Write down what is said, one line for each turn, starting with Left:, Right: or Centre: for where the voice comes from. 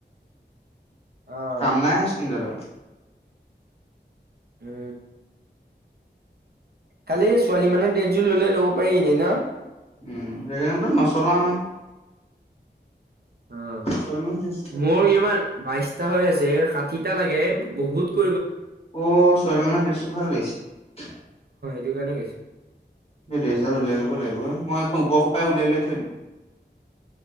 Right: অ',
Left: কাম নাই <unintelligible>
Right: উ কালি ছোৱালী মানে দেজজু ললে <unintelligible>
Left: <unintelligible>
Right: অ
Left: ছোৱালী মানুহ ড্ৰেছটো
Right: মোৰ ইমান বাইশটা হৈ আছে এই হাঠিটা লাগে বহুত ক
Left: অ চাল মানৰ ড্ৰেছটো ভাল লাগিছে
Right: <unintelligible> গৈছে
Left: এই <unintelligible> উলিয়াই লব লাগিব মই এখন ওপৰ স পৰা উলিয়াই উলিয়াই থৈ দিম